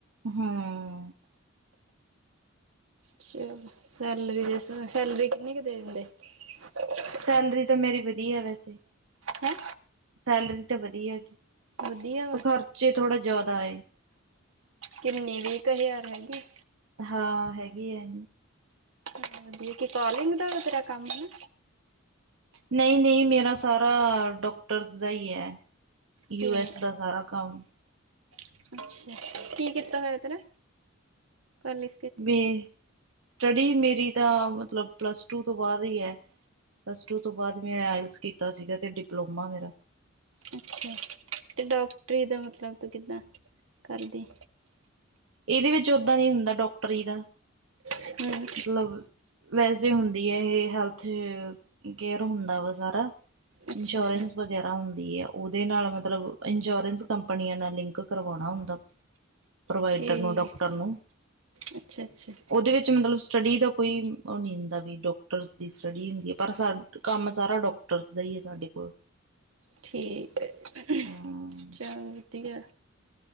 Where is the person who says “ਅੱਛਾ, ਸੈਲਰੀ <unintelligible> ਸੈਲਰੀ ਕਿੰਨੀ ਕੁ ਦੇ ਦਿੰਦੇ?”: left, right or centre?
Right